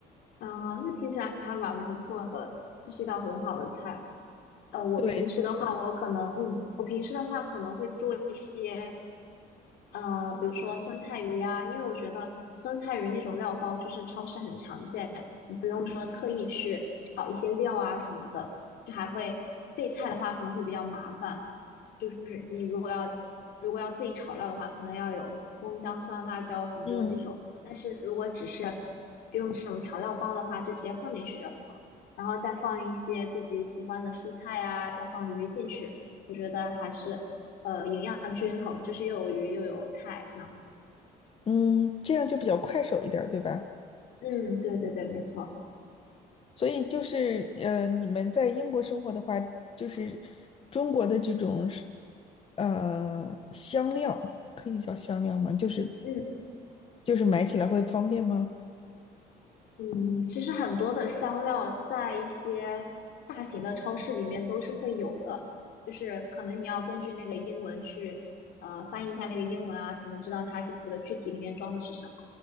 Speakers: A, on the left; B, on the left.
A: 啊、那听起来还蛮不错的，这是一道很好的菜。呃，我平时的话，
B: 对，就是，
A: 我可能，嗯，我平时的话可能会做一些。呃，比如说酸菜鱼呀、因为我觉得酸菜鱼那种料包就是超市很常见，你不用说特意去炒一些料啊什么的，就还会备菜的话可能会比较麻烦。就是你如果要如果要自己炒料的话，可能要有葱姜蒜辣椒很多这种，
B: 嗯
A: 但是如果只是用这种调料包的话，就直接放进去就好了，然后再放一些自己喜欢的蔬菜啊，再放鱼进去，我觉得还是呃营养均衡，就是又有鱼又有菜这样子。
B: 嗯，这样就比较快手一点对吧？
A: 嗯，对对对，没错。
B: 所以就是呃，你们在英国生活的话，就是中国的这种是呃香料，可以叫香料吗？就是
A: 嗯，
B: 就是买起来会方便吗？
A: 嗯，其实很多的香料在一些大型的超市里面都是会有的，就是可能你要根据那个英文去呃翻译一下那个英文啊，才能知道它这个具体里面装的是什么，